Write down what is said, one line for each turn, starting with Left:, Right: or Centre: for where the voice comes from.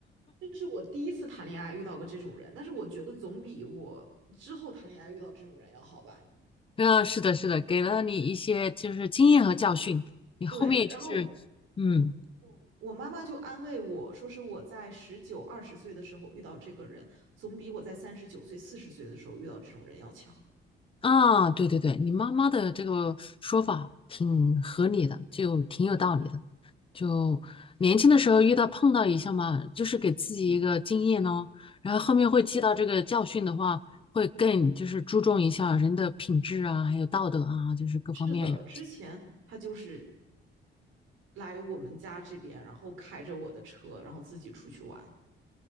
Right: 这是我第一次谈恋爱遇到过这种人，但是我觉得总比我之后谈恋爱遇到这种人要好吧。
Left: 啊，是的，是的，给了你一些就是经验和教训，你后面就是嗯。
Right: 对，然后嗯我妈妈就安慰我说，是我在十九、二十岁的时候遇到这个人，总比我在三十九岁、四十岁的时候遇到这种人要强。
Left: 啊，对对对，你妈妈的这个说法挺合理的，就挺有道理的。就年轻的时候遇到碰到一下嘛，就是给自己一个经验咯，然后后面会记到这个教训的话，会更就是注重一下人的品质啊，还有道德啊，就是各方面。
Right: 是的，之前他就是来我们家这边，然后开着我的车，然后自己出去玩。